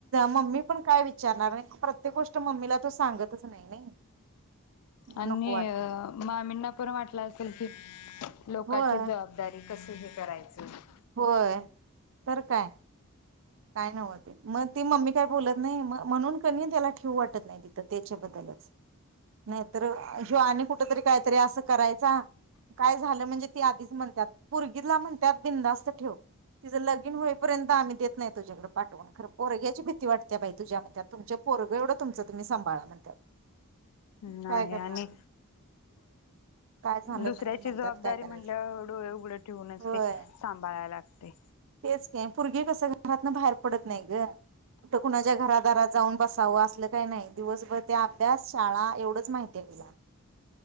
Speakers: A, on the right; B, on the left.
A: मम्मी पण काय विचारणार हाय प्रत्येक गोष्ट मम्मीला तो सांगतच नाही नाही मग
B: आणि
A: नको वाटतं
B: मामींना पण वाटलं असेल की <unintelligible> लोकांची
A: होय
B: जबाबदारी <unintelligible> कस हे करायचं <inaudible>
A: होय तर काय काय नव्ह ते मग ती मम्मी काय बोलत नाही म्हणून कनी त्याला ठेवू वाटत नाही तिथं त्याच्याबद्दलच नाही तर ह्यो आणि कुठ तरी काहीतरी असं करायचा काय झालं म्हणजे ते आधीच म्हणत्यात पोरगीला म्हणत्यात बिंदास्त ठेव तिचं लगिन होईपर्यंत आम्ही देत नाही तुझ्याकडे पाठवून खरं पोरग्याची भीती वाटत्या बाई तुझ्या म्हणत्यात तुमच पोरगं एवढं तुमचं तुम्ही संभाळा म्हणत्या
B: नाही
A: काय करणार
B: आणि
A: <unintelligible> काय झालं
B: दुसऱ्याची
A: म्हणजे म्हणत्यात
B: जबाबदारी
A: काय करायचं
B: म्हणल्यावर डोळ उघड ठेवूनच
A: होय
B: ते सांभाळायला लागतंय
A: तेच की पोरगी कस घरातन बाहेर पडत नाई ग कुठ कुणाच्या घरादारात जाऊन बसावं असलं काही नाई दिवसभर त्या अभ्यास, शाळा एवढंच माहिती आहे तिला.